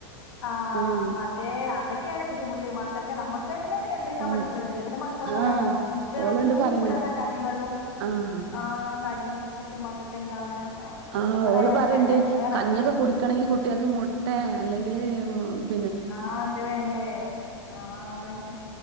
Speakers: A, on the left; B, on the right.
A: ആഹ്
B: ഉം
A: അതെ അതൊക്കെയാണ്‌ ബുദ്ധിമുട്ട് മക്കൾ ക്ക നമ്മക്ക്ന്നെ നിയന്ത്രിക്കാൻ
B: ഉം
A: പറ്റണില്ലാ ചെലപ്പോ പിന്നെ മക്കളെ പറയണോ
B: ആഹ്
A: വേറെ
B: ഓള്ണ്ട്
A: ഒന്നും
B: പറയ്ണ്
A: ഉപ്പിടാതെ കഞ്ഞിവെള്ളവും
B: ആഹ്
A: ആ കഞ്ഞി കുടിച്ച് മക്കൾക്ക് എന്താവാനാ.
B: ആ
A: ഇതൊക്കെ
B: ഓൾ
A: കഴിഞ്ഞാൽ
B: പറ
A: നമ്മൾ
B: ർണ്ട്
A: എടങ്ങേറാവും
B: കഞ്ഞി ഒക്കെ കുടിക്കണങ്കി കുട്ട്യാൾക്ക് മുട്ടെ അല്ലെ അലെമുൽ
A: ആഹ് അത് വേണ്ടേ ആഹ് പിന്നെ